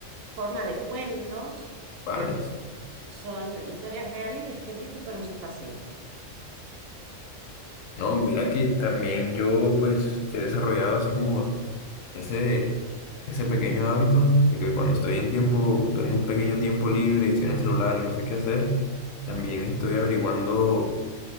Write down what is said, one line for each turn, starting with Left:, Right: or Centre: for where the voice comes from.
Right: forma de cuentos,
Left: Vale.
Right: pero que son, son historias reales de gente que fueron sus pacientes.
Left: No, mira que también yo pues he desarrollado así como Ese, ese pequeño hábito de que cuando estoy en tiempo, tengo un pequeño tiempo libre, y estoy en el celular y no sé qué hacer, también estoy averiguando